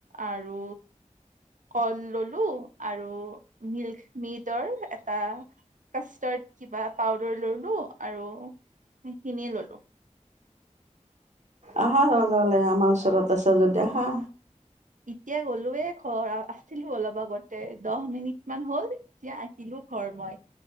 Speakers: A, on the right; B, on the right.
A: আৰু কল ললোঁ, আৰু মিল্ক মিটৰ এটা কাষ্টাৰ্ড কিবা পাউদাৰ ললোঁ আৰু সেইখিনি ললোঁ।
B: আহা ৰ'ল'ল আমাৰ ওচৰত আচা যদি আহা।
A: এতিয়া গলোয়ে ঘৰ, আছিলো অলপ আগতে দহ মিনিট মান হ'ল এতিয়া আকিলো ঘৰ মই।